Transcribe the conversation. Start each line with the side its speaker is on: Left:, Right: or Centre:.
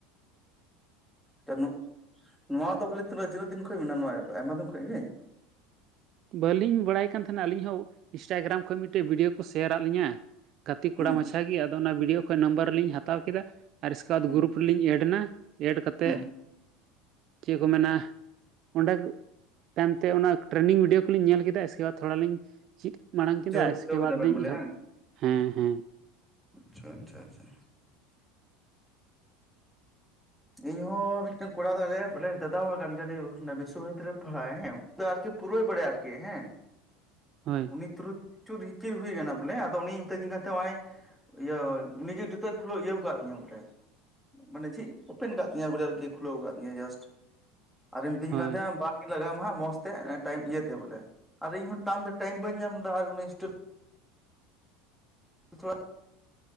Centre: <unintelligible> ᱱᱚᱣᱟ ᱫᱚ ᱵᱚᱞᱮ ᱛᱤ ᱛᱤᱱᱟᱹᱜ ᱫᱤᱱ ᱠᱷᱚᱡ ᱢᱮᱱᱟᱜᱼᱟ ᱟᱭᱢᱟ ᱫᱤᱱ ᱠᱷᱚᱡ ᱜᱤ?
Right: ᱵᱟᱹᱞᱤᱧ ᱵᱟᱲᱟᱭ ᱠᱟᱱ ᱛᱟᱦᱮᱱᱟ ᱟᱹᱞᱤᱧ ᱦᱚᱸ, ᱤᱱᱥᱴᱟᱜᱨᱟᱢ ᱠᱷᱚᱱ ᱢᱤᱫᱴᱮᱡ ᱵᱷᱤᱰᱭᱳ ᱠᱚ ᱥᱮᱭᱟᱨᱟᱜ ᱞᱤᱧᱟᱹ ᱜᱟᱛᱮ ᱠᱚᱲᱟ
Centre: ᱦᱩᱸ
Right: ᱢᱟᱪᱷᱟ ᱜᱮ ᱟᱫᱚ ᱚᱱᱟ ᱵᱷᱤᱰᱭᱳ ᱠᱷᱚᱡ ᱱᱟᱢᱵᱟᱨ ᱞᱤᱧ ᱦᱟᱛᱟᱣ ᱠᱮᱫᱟ, ᱟᱨ ᱮᱥᱠᱮ ᱵᱟᱫᱽ
Centre: ᱦᱩᱸ
Right: ᱜᱨᱩᱯ ᱨᱮᱞᱤᱧ ᱮᱰ ᱮᱱᱟ᱾ ᱮᱰ ᱠᱟᱛᱮᱜ,
Centre: ᱦᱩᱸ
Right: ᱪᱮ ᱠᱚ ᱢᱮᱱᱟ ᱚᱸᱰᱮ ᱛᱟᱭᱚᱢᱛᱮ ᱚᱱᱟ ᱴᱨᱮᱱᱤᱝ ᱵᱷᱤᱰᱭᱳ ᱠᱚᱞᱤᱧ ᱧᱮᱞ ᱠᱮᱫᱟ ᱮᱤᱥᱠᱮᱵᱟᱫᱽ ᱛᱷᱚᱲᱟ ᱞᱤᱧ ᱪᱤᱜ ᱢᱟᱲᱟᱝ
Centre: ᱵᱩᱡᱷᱟᱹᱣ
Right: ᱠᱮᱫᱟ
Centre: ᱵᱩᱡᱷᱟᱹᱣ
Right: ᱮᱥᱠᱮ
Centre: ᱠᱮᱫᱟ
Right: ᱵᱟᱫᱽ
Centre: ᱵᱮᱱ
Right: ᱞᱤᱧ
Centre: ᱵᱚᱞᱮ
Right: ᱮᱦᱚᱵ,
Centre: ᱦᱟᱝ
Right: ᱦᱮᱸ ᱦᱮᱸ᱾
Centre: ᱟᱪᱪᱷᱟ ᱟᱪᱪᱷᱟ ᱟᱪᱪᱷᱟ᱾ ᱤᱧ ᱦᱚᱸ ᱢᱤᱫᱴᱮᱝ ᱠᱚᱲᱟ ᱫᱚᱞᱮ ᱵᱚᱞᱮ ᱫᱟᱫᱟ ᱦᱚᱲ ᱠᱟᱱ ᱜᱮᱭᱟ, ᱵᱤᱥᱥᱚ ᱵᱷᱟᱨᱚᱛᱤ ᱨᱮ ᱯᱟᱲᱦᱟᱜᱼᱟ ᱦᱮᱸ ᱟᱨᱠᱤ ᱯᱩᱨᱣᱟᱹᱭ ᱵᱟᱲᱟᱭᱟ ᱟᱨᱠᱤ ᱦᱮᱸ
Right: ᱦᱳᱭ
Centre: ᱩᱱᱤ ᱛᱨᱩᱪᱩᱨ ᱦᱤᱪᱤᱨ ᱦᱩᱭ ᱠᱟᱱᱟᱞᱮ ᱟᱫᱚ ᱩᱱᱤᱭ ᱢᱮᱛᱟᱟᱹᱫᱧ ᱠᱟᱱ ᱛᱟᱦᱮᱸ ᱦᱚᱜᱼᱚᱭ ᱤᱭᱟᱹ ᱩᱱᱜᱮ ᱡᱚᱛᱚᱭ ᱠᱷᱩᱞᱟᱹᱣ ᱤᱭᱟᱹᱣ ᱟᱠᱟᱫ ᱛᱤᱧᱟᱹ ᱵᱚᱞᱮ᱾ ᱢᱟᱱᱮ ᱡᱷᱤᱜ ᱳᱯᱮᱱ ᱠᱟᱜ ᱛᱤᱧᱟᱹ ᱵᱚᱞᱮᱜᱮ ᱠᱷᱩᱞᱟᱹᱣ ᱟᱠᱟᱞᱫ ᱛᱤᱧᱟᱹ ᱡᱟᱥᱴ ᱟᱨᱮ ᱢᱤᱛᱟᱹᱧ
Right: ᱦᱳᱭ
Centre: ᱠᱟᱱ ᱛᱟᱦᱮᱸᱱᱟ <unintelligible> <unintelligible> ᱞᱟᱜᱟᱣᱟᱢᱟ ᱦᱟᱜ ᱢᱚᱸᱡᱽ ᱛᱮ ᱴᱟᱭᱤᱢ ᱤᱭᱟᱹᱛᱮ ᱵᱚᱞᱮ ᱟᱫᱚ ᱤᱧ ᱦᱚᱸ ᱴᱟᱢ ᱴᱟᱭᱤᱢ ᱵᱟᱹᱧ ᱧᱟᱢ ᱫᱟ ᱟᱨ <unintelligible> ᱛᱷᱳᱲᱟ